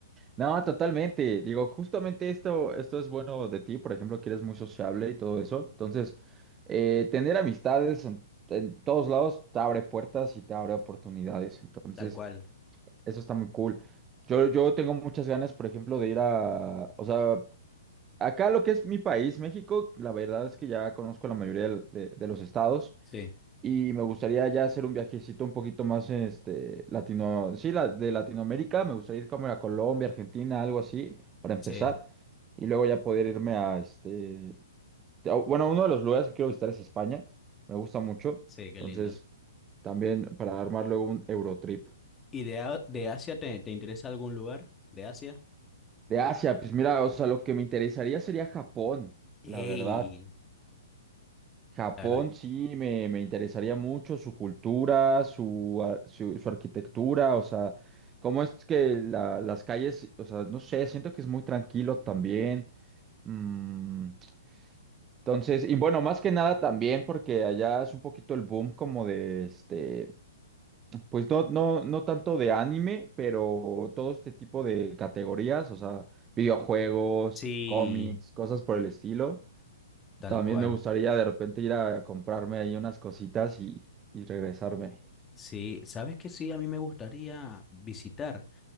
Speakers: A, on the right; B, on the left.
A: No, totalmente. Digo, justamente esto, esto es bueno de ti. Por ejemplo, que eres muy sociable y todo eso. Entonces, eh, tener amistades en, en todos lados te abre puertas y te abre oportunidades. Entonces,
B: tal cual.
A: eso está muy cool. Yo, yo tengo muchas ganas, por ejemplo, de ir a, o sea, acá lo que es mi país, México, la verdad es que ya conozco la mayoría de de- de los estados.
B: Sí,
A: Y me gustaría ya hacer un viajecito un poquito más, este, latino, sí, la, de Latinoamérica. Me gustaría ir como a Colombia, Argentina, algo así, para empezar.
B: sí,
A: Y luego ya poder irme a, este, a- bueno, uno de los lugares que quiero visitar es España. Me gusta mucho.
B: sí, qué
A: Entonces,
B: lindo.
A: también para armar luego un Eurotrip.
B: ¿Y de, A- de Asia te, te interesa algún lugar? ¿De Asia?
A: De Asia, pues mira, o sea, lo que me interesaría sería Japón,
B: Ey,
A: la verdad. Japón
B: la verdad.
A: sí me, me interesaría mucho su cultura, su, ar- su, su arquitectura, o sea, cómo es que la- las calles, o sea, no sé, siento que es muy tranquilo también. Mm, entonces, y bueno, más que nada también porque allá es un poquito el boom como de este, pues no, no, no tanto de anime, pero todo este tipo de categorías, o sea, videojuegos,
B: Sí,
A: cómics, cosas por el estilo.
B: tal
A: También
B: cual.
A: me gustaría de repente ir a comprarme ahí unas cositas y, y regresarme.
B: Sí, sabes que sí, a mí me gustaría visitar,